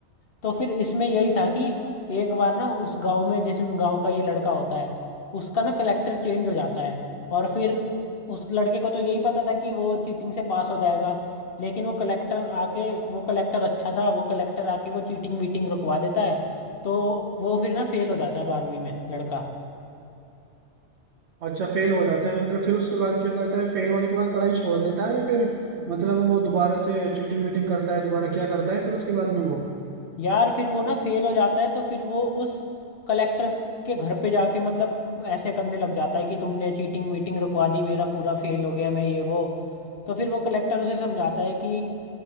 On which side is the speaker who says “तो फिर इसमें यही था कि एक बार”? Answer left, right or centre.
Left